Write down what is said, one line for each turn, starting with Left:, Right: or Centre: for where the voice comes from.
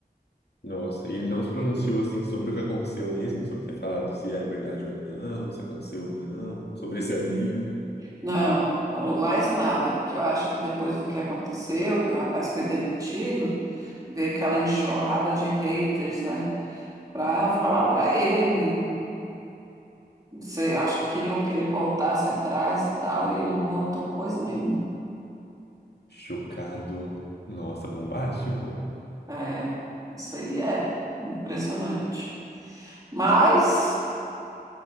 Left: Nossa, e ele não se pronunciou assim sobre o que aconteceu mesmo, sobre ter falado se era verdade ou não, se aconteceu ou não, sobre esse amigo.
Right: Não, falou mais nada, porque eu acho que depois do que aconteceu, que o rapaz foi demitido, veio aquela enxurrada de haters, né? Pra falar pra ele. Sei, eu acho que queriam que ele voltasse atrás e tal, e ele não voltou coisa nenhuma.
Left: Chocado. Nossa, bombástico.
Right: É, é, isso aí é impressionante. Mas.